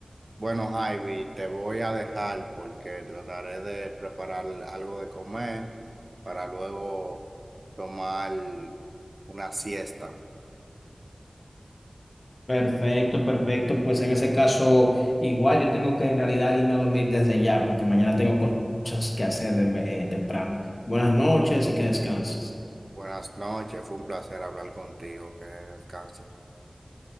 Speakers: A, on the right; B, on the left.
A: Bueno, Javi, te voy a dejar porque trataré de preparar algo de comer para luego tomar una siesta.
B: Perfecto, perfecto. Pues en ese caso, igual yo tengo que en realidad irme a dormir desde ya, porque mañana tengo cosas que hacer de- eh, temprano. Buenas noches y que descanses.
A: Buenas noches, fue un placer hablar contigo, que descanses.